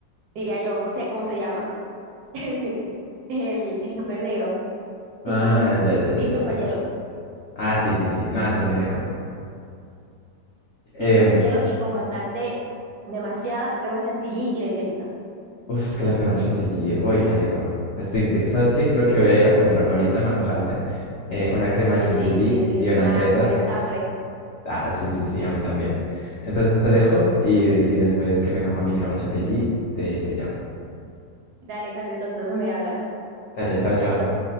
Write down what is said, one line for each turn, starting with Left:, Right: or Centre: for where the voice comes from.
Right: diría yo, no sé cómo se llama. <laughs> El, el café negro, tinto,
Left: Ah, ya, ya, ya,
Right: tinto
Left: ya,
Right: con
Left: ya.
Right: hielo.
Left: Ah, sí, sí, sí. No, ese es muy rico. Em,
Right: tinto con hielo y con bastante, demasiada crema chantilly y lecherita.
Left: uf, es que la crema chantilly. Uy, qué rico. Estoy, que- ¿sabes qué? Creo que voy a ir a comprarme ahorita, me antojaste, eh, una crema
Right: Uy,
Left: chantilly
Right: sí, sí, sí.
Left: y unas
Right: Nada,
Left: fresas.
Right: a mí me dio hasta hambre.
Left: Ah, sí, sí, sí, a mí también. Entonces te dejo y, y después que me coma mi crema chantilly, te, te llamo.
Right: Dale, Carlito, entonces me hablas.
Left: Dale, chao, chao.
Right: Chaito.